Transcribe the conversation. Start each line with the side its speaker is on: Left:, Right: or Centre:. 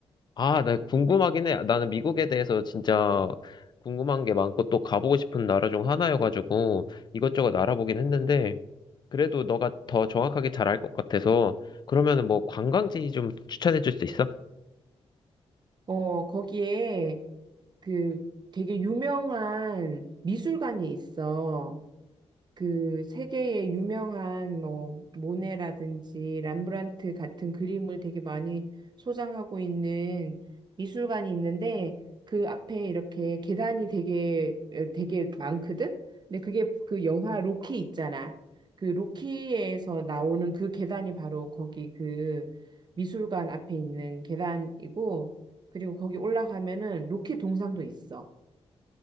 Left: 아, 나 궁금하긴 해. 나는 미국에 대해서 진짜 궁금한 게 많고 또 가보고 싶은 나라 중 하나여가지고 이것저것 알아보긴 했는데 그래도 너가 더 정확하게 잘 알 것 같아서 그러면은 뭐 관광지 좀 추천해 줄 수 있어?
Right: 어, 거기에 그 되게 유명한 미술관이 있어. 그 세계의 유명한 뭐 모네라든지 람브란트 같은 그림을 되게 많이 소장하고 있는 미술관이 있는데 그 앞에 이렇게 계단이 되게 어, 되게 많거든. 근데 그게 그 영화 로키 있잖아. 그 로키에서 나오는 그 계단이 바로 거기 그 미술관 앞에 있는 계단이고 그리고 거기 올라가면은 로키 동상도 있어.